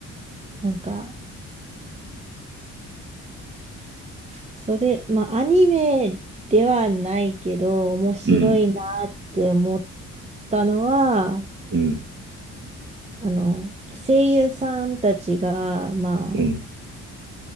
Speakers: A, on the right; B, on the right.
A: なんか、それ、まあ、アニメではないけど、面白いなって思っ
B: うん、
A: たのは、
B: うん、
A: あの、声優さんたちが、まあ、
B: うん、